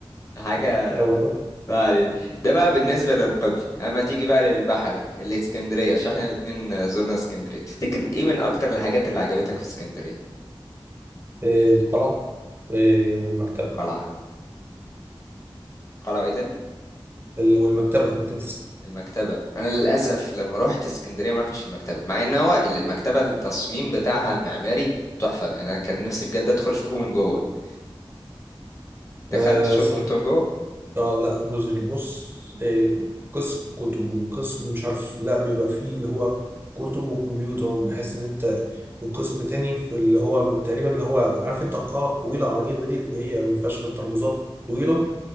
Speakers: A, on the left; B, on the right.
A: حاجة
B: <laughs> آه والله
A: ما علينا. ده بقى بالنسبة للقبلي أما تيجي بقى للبحري الإسكندرية عشان احنا الاتنين زرنا اسكندرية تفتكر ايه من أكتر الحاجات اللي عجبتك في اسكندرية؟
B: آه، القلعة آه، والمكتبة
A: قلعة قلعة وايه تاني؟
B: ال- والمكتبة مكتبة
A: المكتبة أنا للأسف لما روحت اسكندرية ما روحتش المكتبة مع إن هو ال- المكتبة التصميم بتاعها المعماري تحفة أنا كان نفسي بجد أدخل أشوفه من جوه دخلت
B: اسكندرية
A: شفته أنت من جوه؟
B: اه لا مذهل بص إيه قسم كتب وقسم مش عارف لا بيبقى فيه اللي هو كتب وكمبيوتر بحيث ان انت وقسم تاني في اللي هو تقريبا اللي هو عارف انت القاعة الطويلة عريضة دي اللي هي ما فيهاش غير ترابيزات طويلة